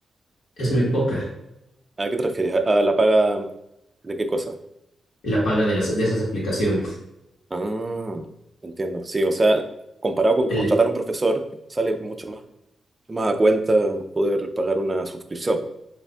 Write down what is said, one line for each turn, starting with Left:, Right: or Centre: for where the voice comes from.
Left: es muy poca
Right: ¿A qué te refieres? ¿A a la paga de qué cosa?
Left: la paga de las, de esas aplicaciones.
Right: Ah, entiendo. Sí, o sea, comparado con
Left: El,
Right: contratar a un profesor, sale mucho más, más a cuenta poder pagar una suscripción.